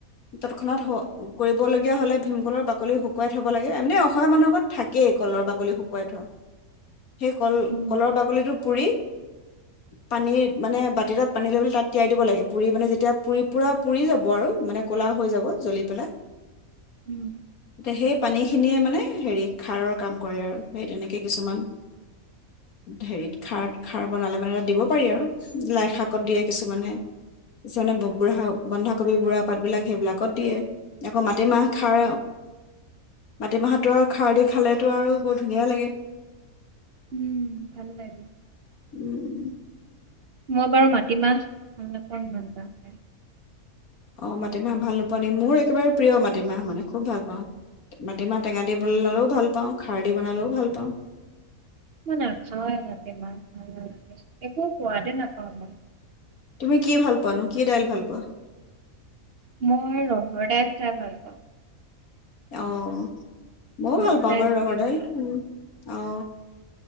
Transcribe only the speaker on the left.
তৎক্ষণাত কৰিবলগীয়া হলে ভীমকলৰ বাকলি শুকুৱাই থব লাগে এনেও অসমীয়া মানুহৰ ঘৰত থাকেই কলৰ বাকলি শুকুৱাই থোৱা। সেই কল
কলৰ বাকলিটো পুৰি পানী মানে বাতি এটাত পানী লৈপেলে তাত তিয়াই দিব লাগে পুৰি মানে যেতিয়া পুৰি পুৰা পুৰি যাব আৰু মানে ক'লা হৈ যাব জ্বলি <inaudible>
ত এ সেই সেইখিনিয়ে মানে হেৰি খাৰৰ কাম কৰে আৰু সেই তেনেকে কিছুমান হেৰিত খাৰ খাৰ বনালে মানে দিব পাৰি আৰু লাই শাকত দিয়ে কিছুমানে কিছুমানে বুঢ়া বন্ধাকবি বুঢ়া পাতবিলাক সেইবিলাকত দিয়ে আকৌ মাটিমাহ খাৰ মাটিমাহতো আৰু খাৰ দি খালে আৰু বৰ ধুনীয়া লাগে
উম
অ মাটিমাহ ভাল নোপোৱা নেকি মোৰ একেবাৰে প্ৰিয় মাটিমাহ মানে খুব ভাল পাওঁ মাটিমাহ টেঙা দি বনালেও ভাল পাওঁ খাৰ দি বনালেও ভাল পাওঁ
তুমি কি ভাল পোৱানো? কি দাইল ভাল পোৱা।
অহ ময়ো
ভাল পাওঁ
বাৰু ৰহৰ
দাইল
অ